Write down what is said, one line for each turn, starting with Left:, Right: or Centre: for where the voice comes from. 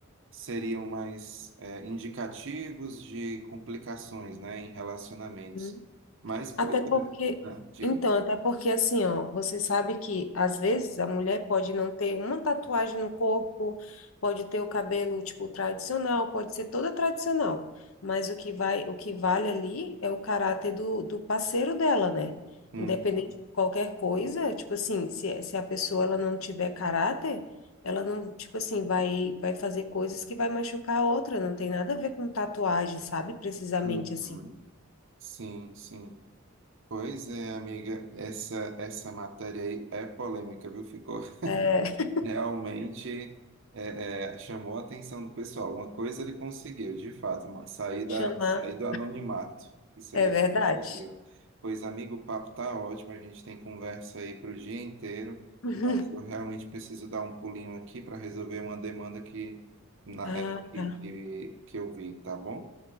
Right: seriam mais é, indicativos de complicações, né, em relacionamentos.
Left: Uhum.
Right: Mas pois
Left: Até
Right: é,
Left: porque,
Right: né, diga.
Left: então, até porque assim, ó, você sabe que às vezes a mulher pode não ter uma tatuagem no corpo, pode ter o cabelo tipo tradicional, pode ser toda tradicional, mas o que vai, o que vale ali é o caráter do, do parceiro dela, né?
Right: Hum,
Left: Independente de qualquer coisa, tipo assim, se, se a pessoa ela não tiver caráter, ela não, tipo assim, vai, vai fazer coisas que vai machucar a outra, não tem nada a ver com tatuagem, sabe? Precisamente
Right: hum,
Left: assim.
Right: hum. Sim, sim. Pois é, amiga, essa essa matéria aí é polêmica, viu? Ficou
Left: É, <laughs>
Right: realmente é, é, chamou a atenção do pessoal. Uma coisa ele conseguiu, de fato, uma- sair da,
Left: chamar.
Right: sair do anonimato. Isso
Left: É
Right: aí ele
Left: verdade.
Right: conseguiu. Pois, amigo, o papo tá ótimo, a gente tem conversa aí para o dia inteiro,
Left: <laughs>
Right: mas eu realmente preciso dar um pulinho aqui para resolver uma demanda que, na-
Left: Ah,
Right: é, que,
Left: tá.
Right: que, que eu vi, tá bom?